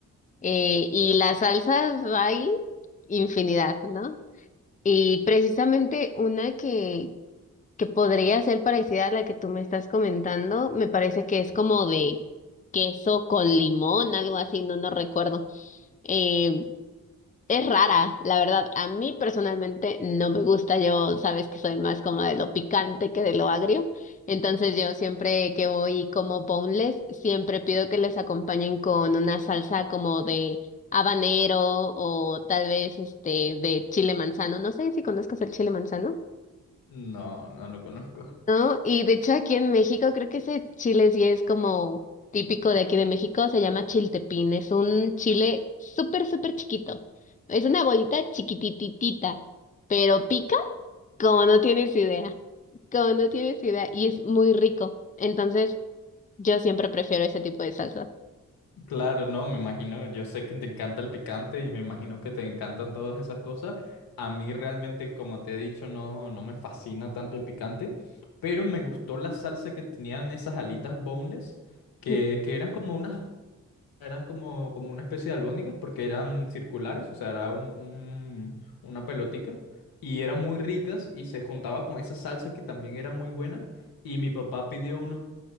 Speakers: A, on the left (about 20°); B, on the left (about 80°).
A: Eh, y las salsas hay infinidad, ¿no? Y precisamente una que, que podría ser parecida a la que tú me estás comentando, me parece que es como de queso con limón, algo así, no, no recuerdo. Eh, es rara, la verdad. A mí personalmente no me gusta. Yo sabes que soy más como de lo picante que de lo agrio. Entonces yo siempre que voy y como boneless, siempre pido que les acompañen con una salsa como de habanero o tal vez este de chile manzano. No sé si conozcas el chile manzano.
B: No, no lo conozco.
A: ¿no? Y de hecho aquí en México creo que ese chile sí es como típico de aquí de México, se llama chiltepín, es un chile súper, súper chiquito, es una bolita chiquitititita, pero pica como no tienes idea, como no tienes idea, y es muy rico, entonces yo siempre prefiero ese tipo de salsas.
B: Claro, no, me imagino, yo sé que te encanta el picante y me imagino que te encantan todas esas cosas. A mí realmente, como te he dicho, no, no me fascina tanto el picante, pero me gustó la salsa que tenían esas alitas boneless, que,
A: <laughs>
B: que eran como unas, eran como, como una especie de albóndigas, porque eran circulares, o sea, era un, un- una pelotica, y eran muy ricas y se juntaba con esa salsa que también era muy buena. Y mi papá pidió unos